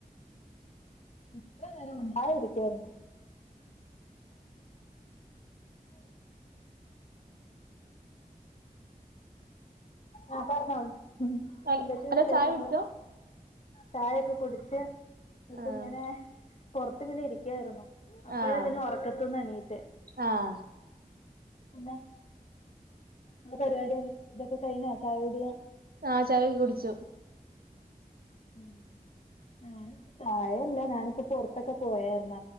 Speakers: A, on the left; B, on the right.
A: എത്ര നേരം മിണ്ടാതെ ഇരിക്കാരുന്നു ആഹ് പർഞ്ഞോളു.
B: ഹൽ
A: എന്തൊക്കെ
B: ഹലോ
A: വിശേഷങ്ങള്
B: ചായ കുടിച്ചോ
A: ചായൊക്കെ കുടിച്ച് ഇപ്പങ്ങനെ
B: ആഹ്
A: പൊറത്തിങ്ങനെ ഇരിക്കായിരുന്നു അപ്പഴവന്
B: ആഹ്
A: ഒറക്കത്ത്ന്നെണീറ്റെ
B: ആഹ്
A: പിന്നെ ങ്ങളെ പരിപാടി തൊക്കെ കഴിഞ്ഞോ ചായുടി
B: ആഹ് ചായയൊക്കെ കുടിച്ചു
A: ഉം. ഏഹ് ചായല്ല ഞാനിപ്പ പൊറത്തൊക്കെ പോയായിരുന്ന്